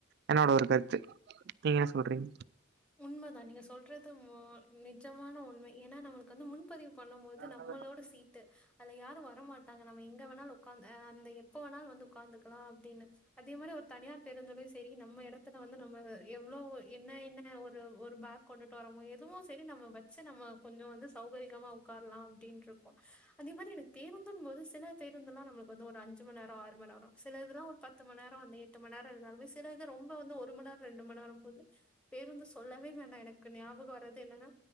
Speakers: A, on the right (about 55°); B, in the centre.
A: என்னோட ஒரு கருத்து நீங்க என்ன சொல்றீங்
B: உண்மைதா நீங்க சொல்றது மு நிஜமான உண்மை ஏன்னா நம்ளுக்கு வந்து முன்பதிவு பண்ணும் போது
A: சொல்றீங்க?
B: நம்மளோட சீ ட்டு அதுல யாரு வரமாட்டாங்க நம்ம எங்க வேணாலு ஒக்காந்து அந்த எப்ப வேணாலு வந்து உக்காந்துக்லா அப்டின்னு அதே மாரி ஒரு தனியார் பேருந்துலயு சரி நம்ம எடத்துல வந்து நம்ம எவ்ளோ என்ன என்ன ஒரு ஒரு பேக் கொண்டுட்டு வரமோ எதுவோ சரி நம்ம வச்சு நம்ம கொஞ்சோ வந்து சௌகரிகமா உக்கார்லா அப்டின் ருக்கு அதே மாரி எனக்கு பேருந்துங் போது சில பேருந்துலா நம்ளுக்கு வந்து ஒரு அஞ்சு மண் நேரோ ஆறு மண் நேரோ சிலதுலா ஒரு பத் து மண்நேரோ அந்த எட்டு மண் நேரோ இருந்தாலுமே சில இது ரொம்ப வந்து ஒரு மண் நேரோ ரெண்டு மண் நேரோ போது பேருந்து சொல்லவே வேண்டா எனக்கு ஞாபகோ வரது என்னன்னா